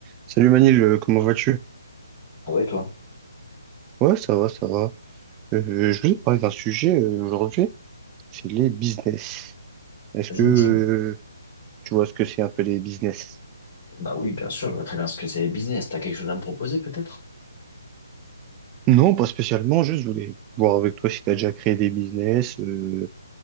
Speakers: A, on the right (about 20°); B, on the left (about 40°).
A: Salut Manil, euh, comment vas-tu?
B: Ah ouais, toi?
A: Ouais, ça va, ça va. Euh, je voulais te parler d'un sujet euh, aujourd'hui, c'est les business. Est-ce
B: Vas-y,
A: que euh,
B: dis-moi.
A: tu vois ce que c'est un peu les business?
B: Bah oui, bien sûr, je vois très bien ce que c'est les business. T'as quelque chose à me proposer, peut-être?
A: Non, pas spécialement, juste je voulais voir avec toi si tu as déjà créé des business, euh,